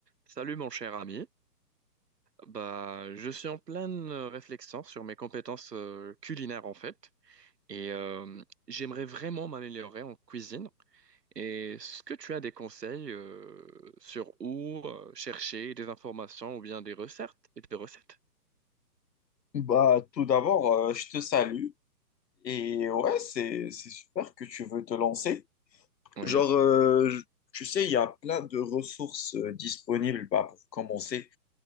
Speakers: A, on the right; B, on the left.
A: Salut mon cher ami. Bah, je suis en pleine euh, réflexion sur mes compétences euh, culinaires en fait et euh, j'aimerais vraiment m'améliorer en cuisine. Et Est-ce que tu as des conseils euh, sur où euh, chercher des informations ou bien des recettes et des recettes?
B: Bah, tout d'abord, euh, je te salue. Et ouais, c'est, c'est super que tu veux te lancer.
A: Oui,
B: Genre, euh, je- tu sais, il y a plein de ressources euh, disponibles bah, pour commencer.